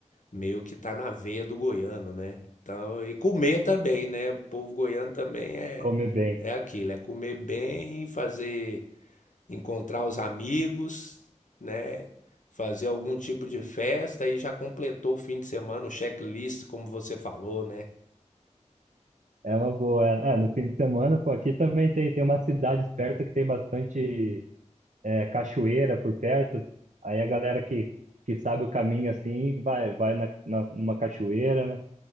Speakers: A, on the left; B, on the right.
A: Meio que tá na veia do goiano, né? Então, e comer também, né? O povo goiano também é
B: comer bem.
A: é aquilo, é comer bem, fazer encontrar os amigos, né? Fazer algum tipo de festa e já completou o fim de semana, o checklist, como você falou, né?
B: É uma boa. É, é, no fim de semana, pô, aqui também tem, tem umas cidades perto que tem bastante é, cachoeira por perto. Aí a galera que, que sabe o caminho assim, vai, vai na, na- numa cachoeira, né?